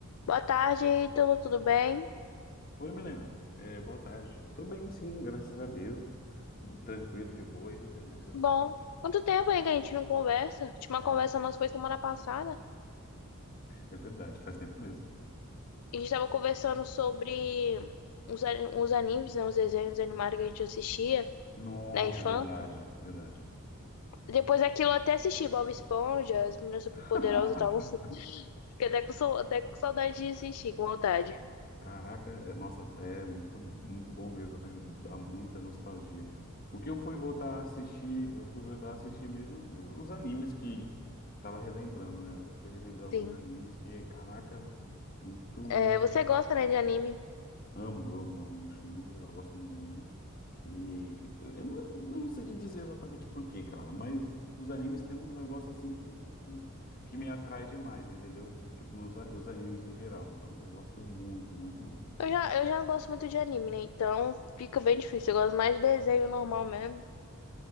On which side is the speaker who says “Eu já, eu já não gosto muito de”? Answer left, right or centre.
Left